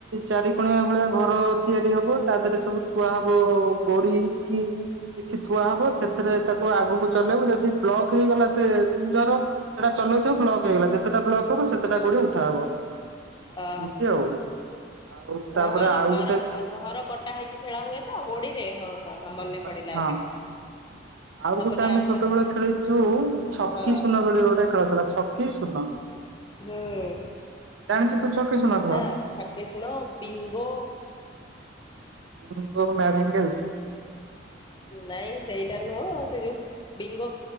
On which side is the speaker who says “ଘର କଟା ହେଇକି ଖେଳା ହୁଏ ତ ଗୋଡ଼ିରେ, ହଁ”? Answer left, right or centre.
Left